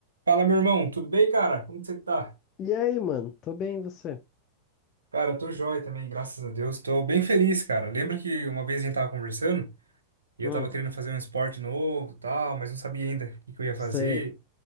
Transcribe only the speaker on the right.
Fala, meu irmão, tudo bem, cara? Como que você tá?
Cara, eu tô joia também, graças a Deus. Tô bem feliz, cara. Lembra que uma vez a gente tava conversando e
eu tava querendo fazer um esporte novo, e tal, mas não sabia ainda o que que eu ia
fazer.